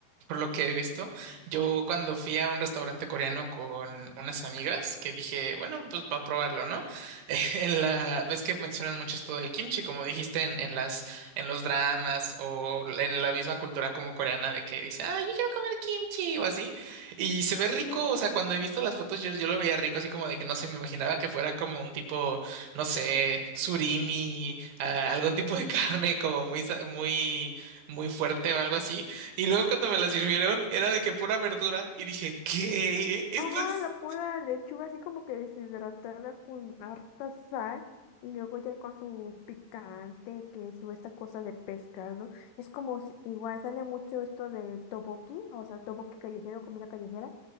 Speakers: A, on the right; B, on the left.
A: por lo que he visto. Yo cuando fui a un restaurante coreano con unas amigas, que dije, bueno, pues para probarlo, ¿no? <laughs> En la, ves que mencionan mucho esto del kimchi, como dijiste en, en las, en los dramas o en la misma cultura como coreana de que dice, ah, yo quiero comer kimchi o así. Y se ve rico,
B: Ujú.
A: o sea, cuando he visto las fotos yo, yo lo veía rico, así como de que no se me imaginaba que fuera como un tipo, no sé, surimi, ah, algún tipo de <laughs> carne como muy, sa- muy, muy fuerte o algo así. Y luego cuando me la sirvieron era de que pura verdura y dije, ¿qué? ¿Esto
B: Ah,
A: es
B: la pura lechuga así como que deshidratada con harta sal y luego ya con su picante, que su esta cosa de pescado. Es como si- igual sale mucho esto de toboki, o sea, toboki callejero, comida callejera